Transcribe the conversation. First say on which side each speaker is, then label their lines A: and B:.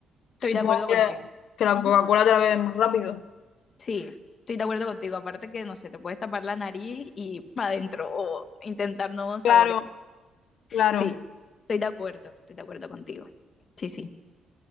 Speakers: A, on the left; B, on the left.
A: Estoy
B: Supongo
A: de acuerdo contigo.
B: que, que la
A: Ujú.
B: Coca-Cola te la bebes más rápido.
A: Sí, estoy de acuerdo contigo. Aparte que, no sé, te puedes tapar la nariz y para adentro o intentar nuevos sabores.
B: Claro, claro.
A: Sí, estoy de acuerdo, estoy de acuerdo contigo. Sí, sí.